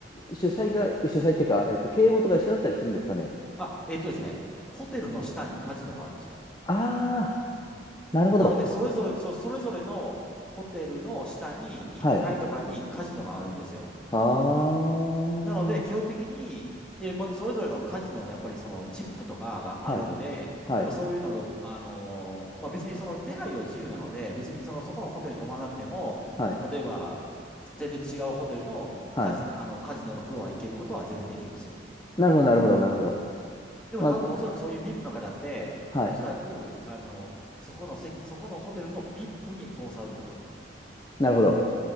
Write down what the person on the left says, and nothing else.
主催が、主催っていうか、えっと、経営元が一緒だったりするんですかね。
ああ、なるほど。
はい。ああ、
は
い、はい、
はい、
はい。
なるほど、なるほど、なるほど。
まあ、はい、
なるほど。